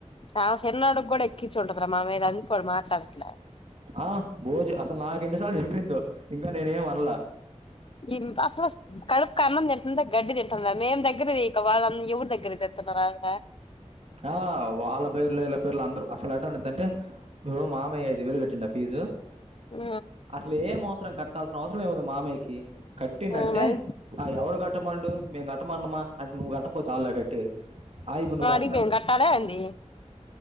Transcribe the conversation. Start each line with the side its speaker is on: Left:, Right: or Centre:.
Left: ఆమె చిన్నోడికి కూడా ఎక్కిచుంటదిరా మన మీద అందుకే వాడు మాట్లాడట్లే
Right: ఆ భోజ అసలు నాకు ఎన్నిసార్లు చెప్పిందో ఇంకా నేనేం అనలా
Left: ఈన్ తస్వస్త కడుపుకు అన్నం తింటుందా గడ్డి తింటందా మేం దగ్గర తీయక వాళ్ళ ఆమ్ ఎవరి దగ్గరికిదిస్తున్నారు ఆమెని
Right: ఆ వాళ్ళ పేర్లు ఇళ్ళ పేర్లు అందరు అసలు ఎటదంటే ఇప్పుడు మామయ్య ఐదు వేలు కట్టిండ ఫీజు
Left: ఆ
Right: అసలు ఏం అవసరం కట్టాల్సిన అవసరం ఏముంది మామయ్యకి కట్టిందంటే
Left: ఆ మరి
Right: ఆ ఎవడ కట్టమండు మేం కట్టమనామ అంటే నువ్వు కట్టపోతే ఆళ్ళ కట్టేది ఆ ఇప్పుడు నువ్వు కట్ట
Left: కి మేము కట్టాల ఏంది